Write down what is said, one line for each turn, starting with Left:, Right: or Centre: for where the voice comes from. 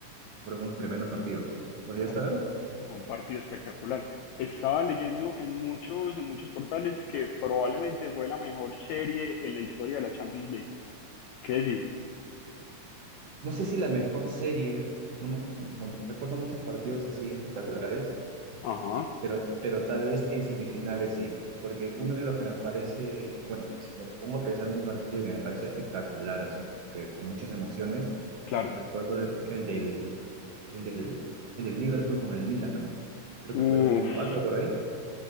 Right: fueron unos tremendos partidos. ¿Los llegaste
Left: no, fue
Right: a ver?
Left: un, fue un partido espectacular. Estaba leyendo en muchos, en muchos portales que probablemente fue la mejor serie en la historia de la Champions League. ¿Qué decís?
Right: No sé si la mejor serie, no me- bueno, recuerdo muchos partidos así espectaculares,
Left: Ajá,
Right: pero, pero tal vez en semifinales sí, porque uno de los que me parece, bueno, si me pongo a pensar en un partido que me parece espectacular, así que con muchas emociones,
Left: claro.
Right: recuerdo el, el del, el del, el del Liverpool con el Milan, creo
Left: Uf.
Right: que fue 2004 por ahí,